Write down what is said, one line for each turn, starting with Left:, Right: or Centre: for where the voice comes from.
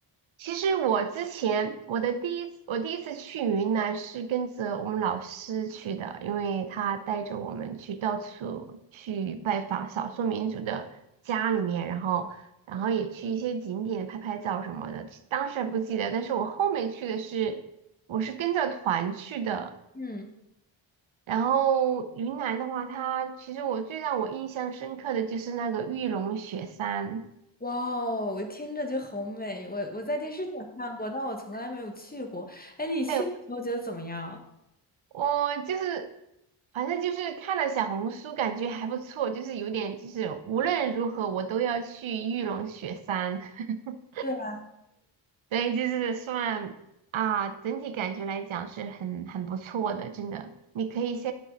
Right: 其实我之前我的第一次我第一次去云南是跟着我们老师去的，因为他带着我们去到处去拜访少数民族的家里面，然后然后也去一些景点拍拍照什么的。当时还不记得，但是我后面去的是我是跟着团去的。
Left: 嗯，
Right: 然后云南的话，它其实我最让我印象深刻的就是那个玉龙雪山。
Left: 哇哦，我听着就好美。我我在电视上看过，但我从来没有去过。哎，你去的时候觉得怎么样？
Right: 哎我就是，反正就是看了小红书，感觉还不错，就是有点就是无论如何我都要去玉龙雪山，<laughs>
Left: 对啊，
Right: 所以就是算啊，整体感觉来讲是很很不错的，真的。你可以先